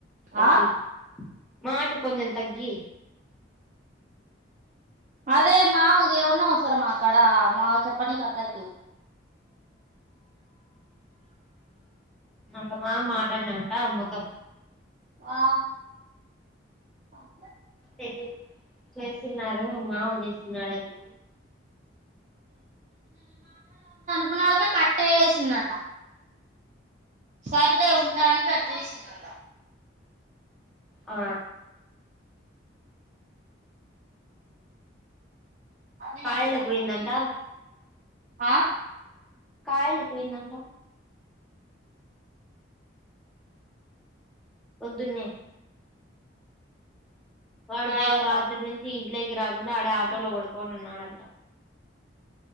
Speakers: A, in the centre; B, on the right.
A: తగ్గి
B: ఆ
A: మాటలు కొంచెం తగ్గిి
B: అదే మావకేమన్నా అవసరమాక్కడ మా చెప్పనికి అందరికి
A: న మా మాటన్నా ఉంటా అమ్మతో
B: ఆ ప <unintelligible>
A: తెలి చేస్తున్నారు మావ చేస్తున్నారుడునేది
B: ణ కట్ వేసిందంట సర్లే ఉంటా అని కట్ చేసిందంట
A: ఆ
B: అని
A: కాయలకు
B: అన్నాడు
A: పోయిందంట
B: అని ఆ
A: కాయలకు పోయిందంట పొద్దున్నే వాడి
B: రాయలక్క
A: పో రాత్రి రీ నుంచి ఇంట్లోకి రాకుండా ఆడే ఆటోలో పడుకొని ఉన్నాడంట